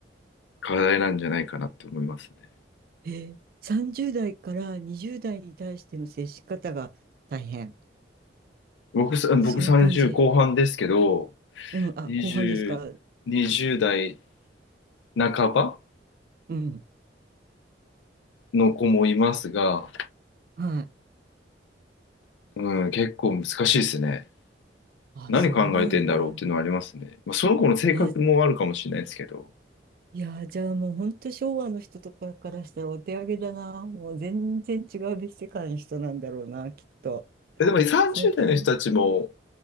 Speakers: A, on the left; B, on the right.
A: 課題なんじゃないかなって思いますね。
B: えー、30代から20代に対しての接し方が大変。
A: 僕さ、僕30後半ですけど、
B: そういう感じ。うん。あ、
A: 20、
B: 後半ですか。
A: 20代半ば
B: うん。
A: の子もいますが、
B: はい。
A: うん、結構難しいですね。
B: あ、
A: 何考えてんだろうっていうのはありますね。
B: そうなんだ。
A: まあ、その子の性格もあるかもしれないですけど。
B: あ、いやー、じゃあもう本当昭和の人とかからしたらお手上げだな。もう全然違う別世界の人なんだろうな、きっと。
A: えでも30代の人たちも
B: 最近。